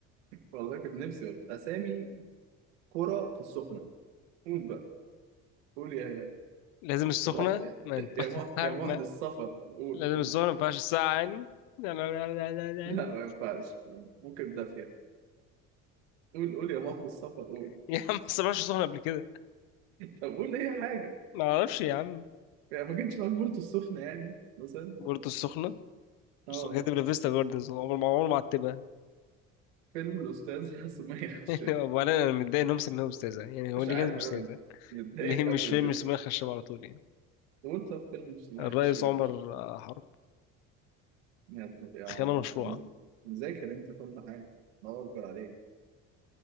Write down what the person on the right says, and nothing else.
والله كنت نفسي والله أسامي قرى في السخنة قول بقى قول يا
يا محت
يا
محت
يا محت السفر قول
قول
لا
ما ينفعش ممكن دافية قول قول يا محت السفر قول
طب قول أي حاجة
يعني ما جتش معاك بورتو السخنة يعني مثلا
اه
فيلم الأستاذة <laughs> سمية خشاب
مش
عارف
أنا متضايق
أوي
بجد
قول طب فيلم اسمه
ايه خشب يا
باشا
يا ابن ايه يا عم
انت مز- مذاكر انت كل حاجة الله أكبر عليك